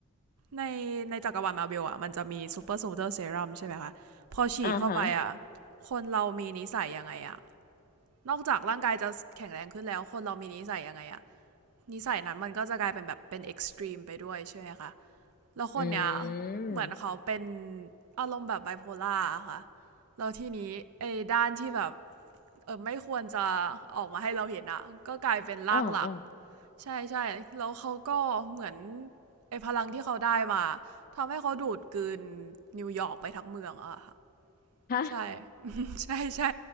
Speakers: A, on the right (about 70°); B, on the left (about 40°).
A: ในในจักรวาลมาร์เบลอ่ะมันจะมีซูเปอร์โซลเดอร์เซรั่มใช่ไหมคะพอฉีดเข้าไปอ่ะ
B: อ่าฮะ
A: คนเรามีนิสัยยังไงอ่ะนอกจากร่างกายจะแข็งแรงขึ้นแล้วคนเรามีนิสัยยังไงอ่ะนิสัยนั้นมันก็จะกลายเป็นแบบเป็นเอ็กซ์ตรีมไปด้วยใช่ไหมคะแล้วคนเนี้ย
B: อื
A: เหมือนเขาเป็น
B: ม
A: อารมณ์แบบไบโพล่าค่ะแล้วทีนี้ไอ้ด้านที่แบบเออไม่ควรจะออกมาให้เราเห็นอ่ะก็กลายเป็นร่างหลัก
B: อ่าอ่า
A: ใช่ใช่แล้วเขาก็เหมือนไอ้พลังที่เขาได้มาทำให้เขาดูดกลืนนิวยอร์กไปทั้งเมืองอะค่ะ
B: ฮะ
A: ใช่ <laughs> ใช่ <laughs> ใช่